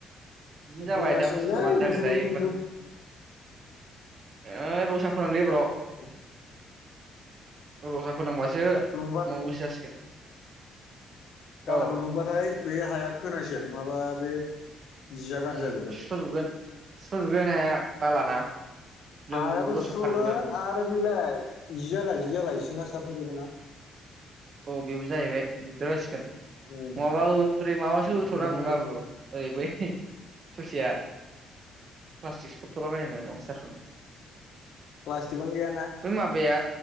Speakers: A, on the right; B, on the left.
A: बिदिनो जाबाय
B: होजा
A: दा
B: सिगोनलै
A: बुस्थुआ मानो जाखोथाय
B: नोंसोरो
A: एबार
B: खिन्थु
A: ओइ रसा फोनांदो एबाराव
B: अ
A: रसा फोनांबासो
B: नंबा
A: मावनो गोसो जासिगोन
B: गाबोनाव
A: औ
B: नंबाथाय बे हाया खोनायसै माबा बे जिया गाज्रि
A: उम
B: जाजोबगोन
A: सुस्र'जोबगोन सुस्र'जोबगोन हाया बालाना लोम
B: हायाबो
A: दसेयाव
B: सुस्रगोन
A: खारजोबगोन
B: आरो बेलाय जियालाय जियालाय सिंना सारफुंजोबगोन ना
A: औ बेबो जाहैबाय दिगदार जासिगोन
B: उम
A: नङाबा ओरै माबासो
B: बेफोरावनो
A: होथ'नांगोन बाबु ओरै बै सुसेया प्लास्टिक सेबथ'लाबायनांगोन अफसार औ
B: प्लास्टिकनो गैया ना
A: माबाया